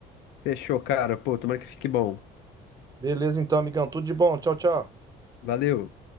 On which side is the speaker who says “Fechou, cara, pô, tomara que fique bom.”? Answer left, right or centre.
Left